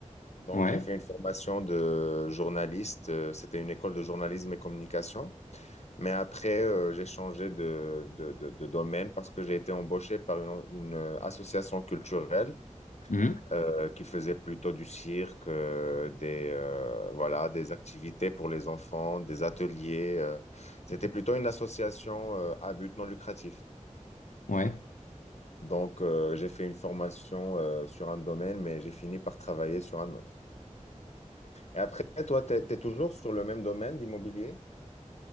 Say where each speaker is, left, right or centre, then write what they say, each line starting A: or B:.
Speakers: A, on the left; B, on the left.
A: Donc,
B: ouais,
A: j'ai fait une formation de journaliste, euh, c'était une école de journalisme et communication. Mais après, euh, j'ai changé de, de, de- de domaine parce que j'ai été embauché par une, une, euh, association culturelle
B: hmm,
A: euh, qui faisait plutôt du cirque, euh, des, euh, voilà, des activités pour les enfants, des ateliers. euh. C'était plutôt une association euh, à but non lucratif.
B: ouais.
A: Donc, euh, j'ai fait une formation euh, sur un domaine, mais j'ai fini par travailler sur un autre. Et après, toi, tu es toujours sur le même domaine, l'immobilier?